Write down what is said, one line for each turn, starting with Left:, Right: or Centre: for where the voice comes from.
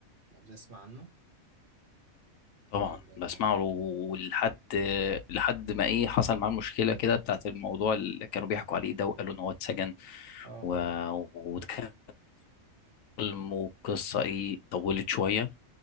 Right: لو بتسمع عنه
Left: طبعا
Right: آه آه
Left: بسمعه ولحد لحد ما ايه حصل معاه مشكله كده بتاعت الموضوع اللي كانوا بيحكوا عليه ده وقالوا ان هو اتسجن
Right: آه
Left: و...
Right: آه.
Left: وكان ظلم وقصه ايه طولت شويه